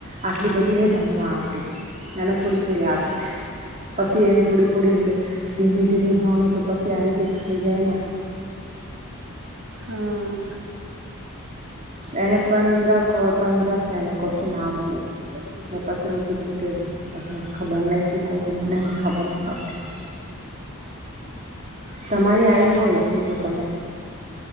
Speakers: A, on the right; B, on the right.
A: આટલી બધી ને ભણવા હતી એને થોડી થોડી આવશે. પછી એને થોડી થોડી ધીમે ધીમે ભણું તો પછી આ રિજેક્ટ થઈ જાય ને.
B: હમમ.
A: તો એને પંદર પંદરસ એને ક્વેશ્ચન આવશે તો પછી મે કીધું કે ખબર નહી શું કરું મને ખબર નહી પડતી.
B: ઠીક
A: તમારી આવી
B: છે
A: હોય જોજો તમે.